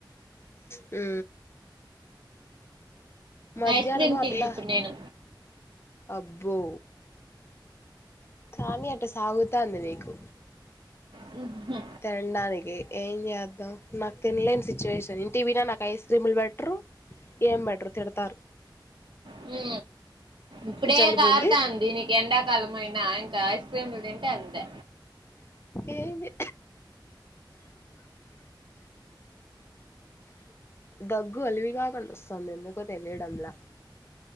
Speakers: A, on the left (about 30°); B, on the right (about 75°).
A: హూ మధ్యాహ్నము
B: ఐస్ క్రీమ్
A: ఆపిల్ల
B: తింటిప్పుడు నేను.
A: అబ్బో కానీ అ అట్ట సాగుతంది నీకు
B: హుహు.
A: తిండానికి ఏం చే దాం నాకు తినలేని సిచ్యువేషన్ ఇంటికి పోయిన నాకు ఐస్ క్రీములు బెట్టరు ఏం బెట్టరు తిడతారు
B: హు ఇప్పుడే
A: జలుబు
B: కారతాంది
A: ఉంది
B: నీకు ఎండాకాలమయినా నా ఇంక ఐస్ క్రీమ్లు తింటే అంతె
A: ఏంది దగ్గు అలివిగాకుండా వస్తుంది ఎందుకో తెలియడంలా